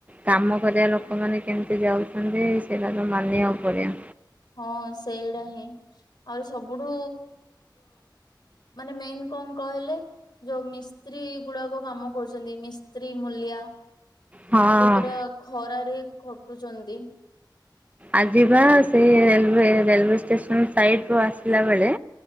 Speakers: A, on the right; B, on the left.
A: କାମ କରିବା ଲୋକମାନେ କେମିତି ଯାଉଛନ୍ତି ସେଇଟା ତ ମାନିବାକୁ ପଡିବ।
B: ହଁ ସେଇଟା ହିଁ ଆହୁରି ସବୁଠୁ ମାନେ ମେନ୍ କଣ କହିଲେ ଯୋଉ ମିସ୍ତ୍ରୀ ଗୁଡାକ କାମ କରୁଛନ୍ତି। ମିସ୍ତ୍ରୀ, ମୂଲିଆ
A: ହଁ
B: ସେ ତ ପୁରା ଖରାରେ ଖଟୁଛନ୍ତି।
A: ଆଜିବା ସେଇରେ ରେଲୱ ଷ୍ଟେସନ ସାଇଡରୁ ଆସିଲା ବେଳେ